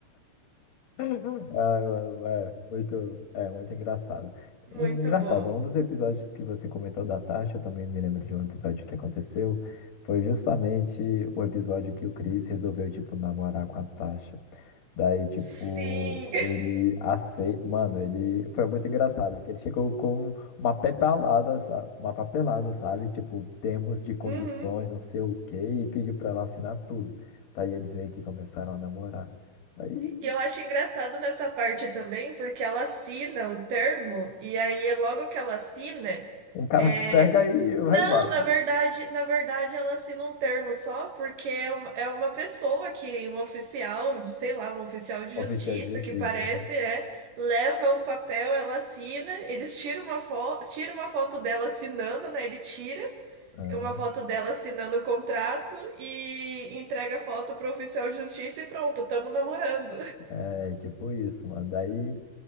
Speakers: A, on the left (about 60°); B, on the right (about 80°).
A: Ah, mano, é muito, é muito engraçado.
B: Muito
A: E Engraçado,
B: bom.
A: um dos episódios que você comentou da Tasha, eu também me lembro de um episódio que aconteceu, foi justamente o episódio que o Chris resolveu, tipo, namorar com a Tasha. Daí, tipo,
B: Sim.
A: ele
B: <laughs>
A: aceita. Mano, ele foi muito engraçado, porque ele chegou com uma papelada, sabe? Uma papelada, sabe? Tipo, termos de condições,
B: Uhum.
A: não sei o quê, e pediu pra ela assinar tudo. Daí eles meio que começaram a namorar. Daí,
B: E eu acho engraçado nessa parte também, porque ela assina o termo, e aí logo que ela assina,
A: um cara
B: é...
A: pega e vai
B: Não,
A: embora.
B: na verdade, na verdade ela assina um termo só porque é uma, é uma pessoa que, um oficial de, sei lá, um oficial de justiça
A: Oficial de justiça.
B: que parece, é, leva o papel, ela assina, eles tiram uma foto, tira uma foto dela assinando, né? Ele tira
A: aham.
B: uma
A: Aham.
B: foto dela assinando o contrato e entrega a foto pro oficial de justiça e pronto, tamo namorando.
A: É, tipo isso, mano. Daí,